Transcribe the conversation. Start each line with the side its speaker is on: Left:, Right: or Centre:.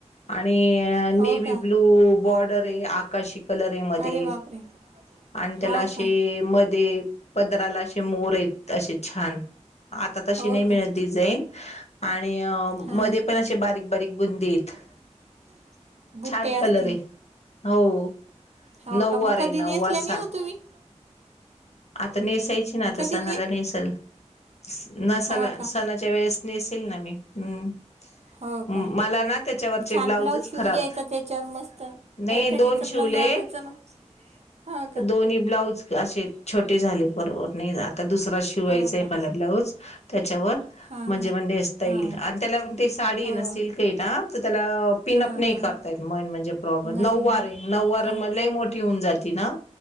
Left: आणि
Right: हो
Left: नेवी
Right: का?
Left: ब्लू बॉर्डर आहे. आकाशी कलर हे मध्ये.
Right: अरे बापरे!
Left: आणि त्याला
Right: हाव
Left: असे
Right: का?
Left: मध्ये पदराला असे मोर येत असे छान. आता तशी
Right: हो
Left: नाही मिळत
Right: का?
Left: डिझाईन आणि
Right: हा.
Left: मध्ये पण असे बारीक बारीक बुंदी आहेत.
Right: आहेत. बुट्टे
Left: छान
Right: असतील
Left: कलर आहे. हो.
Right: हो
Left: नऊवारी
Right: का? मग कधी
Left: नऊवार
Right: नेसल्या
Left: सा
Right: नाही हो तुम्ही?
Left: आता नेसायची. आता
Right: कधी
Left: सणाला नेसल नसाला
Right: हा का?
Left: सणाच्या वेळेस नेसेल ना मी. हम्,
Right: हो
Left: मला
Right: का?
Left: ना त्याच्यावरचे
Right: छान
Left: ब्लाउजच
Right: ब्लाऊज
Left: खराब
Right: शिवून घ्यायचा त्याच्यावर मस्त
Left: नाही
Right: पैठणीच
Left: दोन शिवले
Right: ब्लाऊज आणायचं न, हा का.
Left: कोणी ब्लाऊज असे छोटे झाले बरोबर नाही आता दुसरा शिवायचाय
Right: हो का
Left: मला ब्लाऊज. त्याच्यावर
Right: हां
Left: म्हणजे
Right: हां
Left: म्हणजे स्टाईल
Right: हां
Left: आणि त्याला ते साडी आहे
Right: हो
Left: ना, सिल्क आहे ना, तर त्याला पिन
Right: हां
Left: अप नाही करतायेत मन म्हणजे प्रॉबेम
Right: नाही
Left: नऊवारी नऊवारे
Right: हां
Left: मले लई मोठी होऊन जाती ना,